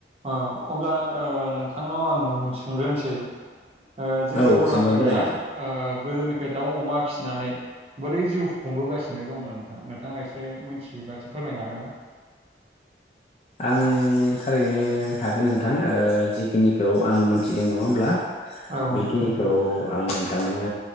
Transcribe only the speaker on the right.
औ। अब्ला ओ नोंथांनाव आं सोंग्रोनसै। ओ जोंनि
बर'
हारिया
ओ गोदोनिफ्राय दाउ, अमा फिनानै बोरै जिउ खुंबोगासिनो दंमोन नोंथां नोंथाङा एसे मोनथियोबा एसे फोरमायनो हागोन ना? <inaudible>
औ
नोंथां